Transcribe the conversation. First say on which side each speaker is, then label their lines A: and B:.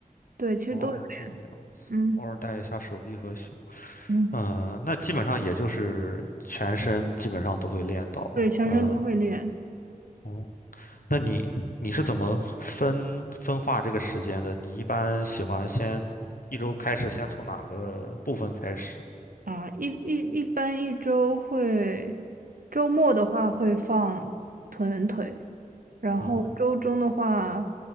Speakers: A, on the right (about 70°); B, on the left (about 70°).
A: 对，其实都有练。
B: 哦，这个样，
A: 嗯
B: 偶尔带一下手臂和胸。
A: 嗯，
B: 嗯、那基本上也就是全身基本上都会练到。
A: 对，全身都会练。
B: 嗯，哦，那你你是怎么分分化这个时间的？你一般喜欢先一周开始，先从哪个部分开始？
A: 啊，一一一般一周会，周末的话会放臀腿，然后周中的话
B: 嗯哼，